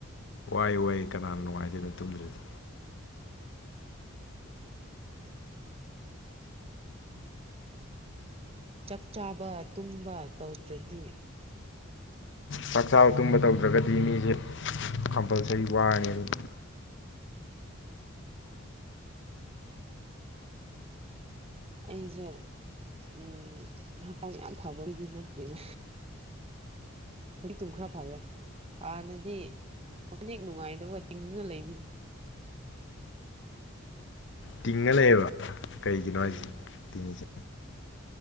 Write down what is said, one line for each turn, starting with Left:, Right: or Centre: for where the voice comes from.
Left: ꯋꯥꯏ ꯋꯥꯏ ꯀꯅꯥꯅ ꯅꯨꯡꯉꯥꯏꯗꯣꯏꯅꯣ ꯇꯨꯝꯗ꯭ꯔꯗꯤ꯫
Right: ꯆꯥꯛ ꯆꯥꯕ ꯇꯨꯝꯕ ꯇꯧꯗ꯭ꯔꯗꯤ
Left: ꯆꯥꯛꯆꯥ ꯇꯨꯝꯕ ꯇꯧꯗ꯭ꯔꯒꯗꯤ ꯃꯤꯁꯦ ꯀꯝꯄꯜꯁꯔꯤ ꯋꯥꯔꯅꯤ ꯑꯗꯨꯝ
Right: ꯑꯩꯁꯦ ꯎꯝ ꯍꯛꯀꯥꯝ ꯌꯥꯝ ꯐꯕ ꯃꯤꯗꯤ ꯅꯠꯇꯦꯅꯦ꯫ ꯍꯧꯖꯤꯛꯇꯨꯝ ꯈꯔ ꯐꯥꯔꯦ꯫ ꯍꯥꯟꯅꯗꯤ <unintelligible> ꯅꯨꯡꯉꯥꯏꯗꯕꯒ ꯇꯤꯡꯉ ꯂꯩꯕꯅꯤ꯫
Left: ꯇꯤꯡꯉ ꯂꯩꯌꯦꯕ ꯀꯩꯒꯤꯅꯣ
Right: ꯎꯝ
Left: ꯍꯥꯏꯖꯦ ꯇꯤꯡꯉꯤꯁꯦ꯫